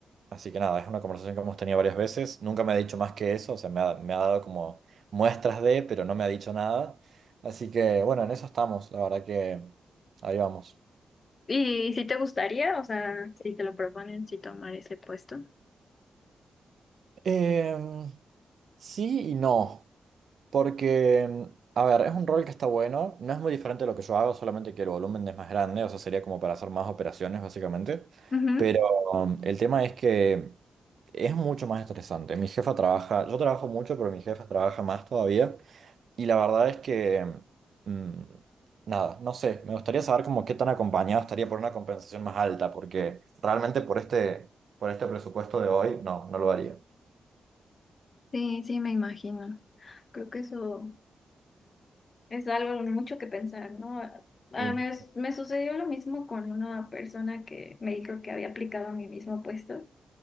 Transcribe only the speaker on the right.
así que nada, es una conversación que hemos tenido varias veces, nunca me ha dicho más que eso, o sea, me ha, me ha dado como muestras de, pero no me ha dicho nada. Así que bueno, en eso estamos, la verdad que ahí vamos.
Em, sí y no. Porque, mm, a ver, es un rol que está bueno, no es muy diferente a lo que yo hago, solamente que el volumen es más grande, o sea, sería como para hacer más operaciones, básicamente.
Pero um, el tema es que es mucho más estresante. Mi jefa trabaja, yo trabajo mucho, pero mi jefa trabaja más todavía. Y la verdad es que, mm, nada, no sé, me gustaría saber como qué tan acompañado estaría por una compensación más alta, porque realmente por este, por este presupuesto de hoy, no, no lo haría.
Sí,